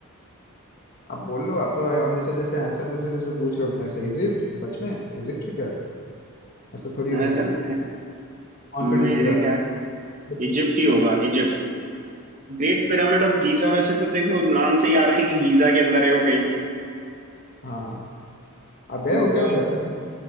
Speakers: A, on the left (about 45°); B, on the right (about 35°).
A: आप बोल लो आप तो हमेशा जैसे आंसर देते हो जैसे पूछ रहे हो मैं से इजिप्ट सच में इजिप्ट है क्या ऐसा थोड़ी
B: सर
A: होना चाहिए कॉन्फिडेंस
B: मेरे
A: के साथ
B: क्या
A: कुछ
B: इजिप्ट ही होगा
A: ऐसा
B: Egypt Great pyramid of Giza वैसे तो देखो नाम से ही आ रहा है कि गीजा के अंदर है वो कहीं
A: हाँ आप गए
B: तो
A: हो
B: पर
A: क्या उधर <laughs>